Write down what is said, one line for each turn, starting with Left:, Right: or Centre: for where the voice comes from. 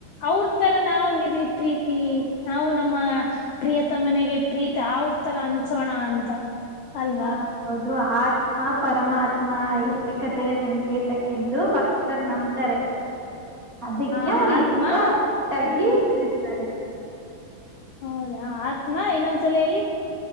Left: ಅವ್ರ ತರ ನಾವ ಇರ್ಲಿ ಪ್ರೀತಿ ನಾವು ನಮ್ಮ ಪ್ರಿಯತ ಮನೆಗೆ ಪ್ರೀತಿ ಮ ಯಾವ್ರ ತರ ಅನ್ಸೋಣ ಅಂತ ಅಲ್ವಾ
Right: ಹಾ ಹೌದು ಆತ್ಮ ಪರಮಾತ್ಮ ಏಕತೆಯ ಸಂಕೇತ ಎಂದು ಆತರ್ ನಂಬ್ತಾರೆ ಅದಕ್ಕೆ
Left: ಹಾ
Right: ಅವರಿಬ್ಬನ್ನು
Left: ಆತ್ಮ
Right: ಒಟ್ಟಾಗಿ
Left: ಹ್ಮ್
Right: ಭಜಿಸ್ತಾರೆ
Left: ಹ್ಮ್ ಹೌದಾ ಆತ್ಮ ಇನ್ನೊಂದ್ಸಲ ಹೇಳಿ